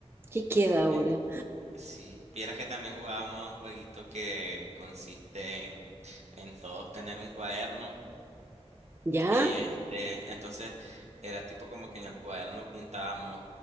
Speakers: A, on the right (about 20°); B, on the right (about 75°).
A: ¿qué queda ahora?
B: Eh, sí, vieras que también jugábamos a un jueguito que consiste en, en todos tener un cuaderno.
A: ¿Ya?
B: Y este, entonces era tipo como que en el cuaderno apuntábamos